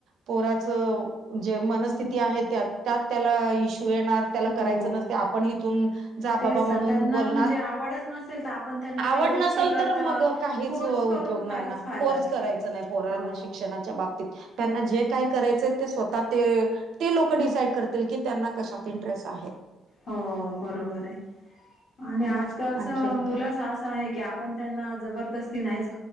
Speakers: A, on the right; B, on the left.
A: पोराच जे मनस्थिती आहे त्या त्यात त्याला इशू येणार त्याला
B: हो
A: करायच नसते आपण हथून जा
B: तेच
A: बाबा म्हणून
B: त्यांना
A: बोलण
B: म्हणजे आवडच नसेल तर आपण त्यांना
A: आवड
B: त्या गोष्टी
A: नसेल
B: करता
A: तर मग काहीच
B: फोर्स
A: उपयोग
B: करून काहीच
A: नाही ना
B: फायदा
A: कोर्स
B: नाहीये
A: करायच नाही पोरांना
B: हो
A: शिक्षणाच्या बाबतीत त्यांना जे काही करायचंय ते स्वतः ते ते लोक डिसाइड करतील की त्यांना कशात इंटरेस्ट आहे
B: हो बरोबर आहे आणि आजकालच
A: मग आणखीन काय
B: मुलंच असं आहे की पण त्यांना जबरदस्ती नाहीच